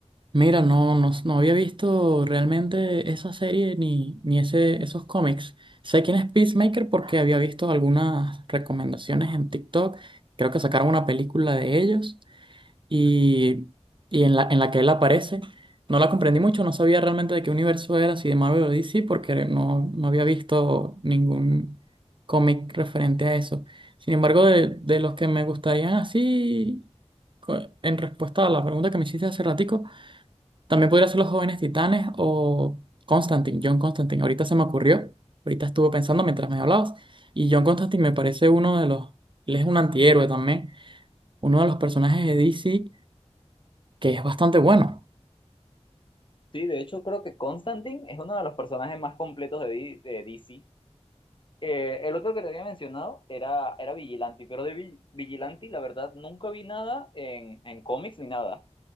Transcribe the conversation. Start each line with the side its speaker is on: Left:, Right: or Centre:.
Right: Mira, no, no, no había visto realmente esa serie ni, ni ese, esos cómics. Sé quién es Peacemaker porque había visto algunas recomendaciones en TikTok. Creo que sacaron una película de ellos y, y en la, en la que él aparece. No la comprendí mucho, no sabía realmente de qué universo era, si de Marvel o DC, porque no, no había visto ningún cómic referente a eso. Sin embargo, de, de los que me gustarían así, co- en respuesta a la pregunta que me hiciste hace ratico, también podría ser Los Jóvenes Titanes o Constantine, John Constantine. Ahorita se me ocurrió, ahorita estuve pensando mientras me hablabas. Y John Constantine me parece uno de los, él es un antihéroe también, uno de los personajes de DC que es bastante bueno.
Left: Sí, de hecho creo que Constantine es uno de los personajes más completos de, Di- de DC. Eh, el otro que te había mencionado era, era Vigilante, pero de Vi- Vigilante la verdad nunca vi nada en, en cómics ni nada,